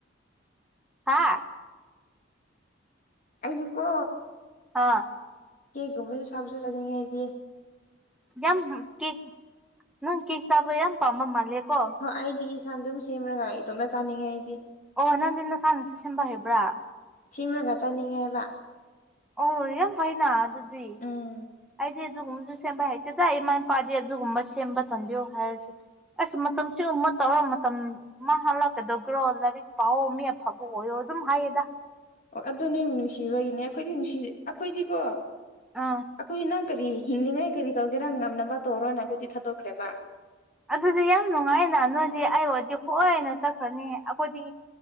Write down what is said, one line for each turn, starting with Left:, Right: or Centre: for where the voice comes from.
Centre: ꯍꯥꯥ
Left: ꯑꯩꯁꯤ ꯀꯣ
Centre: ꯍꯥꯥ
Left: ꯀꯦꯒꯨꯝꯕꯁꯨ ꯁꯥꯕꯁꯨ ꯆꯠꯅꯤꯡꯉꯦꯗꯤ
Centre: ꯌꯥꯝ ꯀꯦꯛ ꯅꯪ ꯀꯦꯛ ꯇꯥꯕ ꯌꯥꯝ ꯄꯥꯝꯕ ꯃꯥꯜꯂꯦ ꯀꯣ
Left: ꯑꯣ ꯑꯩꯗꯤ ꯏꯁꯥ ꯑꯗꯨꯝ ꯁꯦꯝꯃꯒ ꯏꯇꯣꯝꯅ ꯆꯥꯅꯤꯡꯉꯦ ꯑꯩꯗꯤ
Centre: ꯑꯣ ꯅꯪꯗꯤ ꯅꯁꯥꯅꯁꯨ ꯁꯦꯝꯕ ꯍꯩꯕ꯭ꯔꯥ
Left: ꯁꯦꯝꯃꯒ ꯆꯠꯅꯤꯡꯉꯦ ꯍꯥꯏꯕ
Centre: ꯑꯣ ꯌꯥꯝ ꯐꯩꯅ ꯑꯗꯨꯗꯤ
Left: ꯎꯝ
Centre: ꯑꯩꯗꯤ ꯑꯗꯨꯒꯨꯝꯕꯁꯨ ꯁꯦꯝꯕ ꯍꯩꯇꯦꯗ ꯏꯃꯥ ꯏꯄꯥꯗꯤ ꯑꯗꯨꯒꯨꯝꯕ ꯁꯦꯝꯕ ꯊꯝꯕꯤꯌꯣ ꯍꯥꯏꯔꯁꯨ ꯑꯁ ꯃꯇꯝꯁꯤꯒ ꯑꯃ ꯇꯧꯔ ꯃꯇꯝ ꯃꯥ ꯍꯜꯂꯛꯀꯗꯧꯧꯕ꯭ꯔꯣ ꯂꯥꯏꯔꯤꯛ ꯄꯥꯛꯑꯣ ꯃꯤ ꯑꯐꯕ ꯑꯣꯏꯌꯣ ꯑꯗꯨꯝ ꯍꯥꯏꯌꯦꯗ
Left: ꯑꯣ ꯑꯗꯨ ꯅꯣꯏꯕꯨꯛ ꯅꯨꯡꯁꯤꯕꯒꯤꯅꯦ ꯑꯩꯈꯣꯏꯗꯤ ꯅꯨꯡꯁꯤ ꯑꯩꯈꯣꯏꯗꯤꯀꯣ ꯑꯩꯈꯣꯏ
Centre: ꯑꯥ
Left: ꯅꯪ ꯀꯔꯤ ꯍꯤꯡꯅꯤꯡꯉꯩ ꯀꯔꯤ ꯇꯧꯒꯦꯔ ꯉꯝꯅꯕ ꯇꯧꯔꯣꯅ ꯑꯩꯈꯣꯏꯗꯤ ꯊꯥꯗꯣꯛꯈ꯭ꯔꯦꯕ
Centre: ꯑꯗꯨꯗꯤ ꯌꯥꯝ ꯅꯨꯡꯉꯥꯏꯅ ꯅꯣꯏꯗꯤ ꯑꯩ ꯑꯣꯏꯗꯤ ꯍꯣꯏꯅ ꯆꯠꯈ꯭ꯔꯅꯤ ꯑꯩꯈꯣꯏꯗꯤ